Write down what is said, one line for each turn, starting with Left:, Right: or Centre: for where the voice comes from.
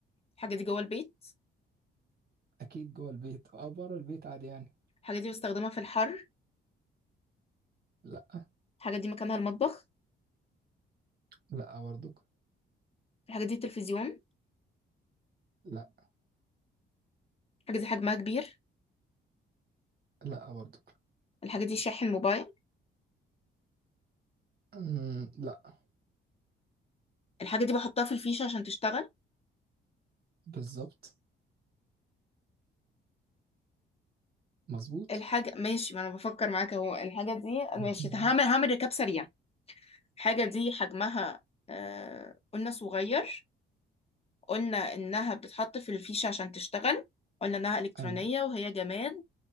Left: الحاجة دي جوه البيت
Right: اكيد جوه البيت او بره البيت عادي يعني
Left: الحاجة دي بستخدمها في الحر
Right: لا
Left: الحاجة دي مكانها المطبخ
Right: لا برضك
Left: الحاجة دي التلفزيون
Right: لا
Left: الحاجة دي حجمها كبير
Right: لا برضك
Left: الحاجة دي شاحن موبايل
Right: أمم، لا
Left: الحاجة دي بحطها في الفيشة عشان تشتغل
Right: بالظبط مظبوط
Left: الحاجة ماشي ما أنا بفكر معاك أهو الحاجة دي
Right: <laughs>
Left: ماشي هعمل هعمل ركاب سريع الحاجة دي حجمها آه... قلنا صغير قلنا إنها بتتحط في الفيشة عشان تشتغل قلنا إنها إلكترونية
Right: ايوه
Left: وهي جماد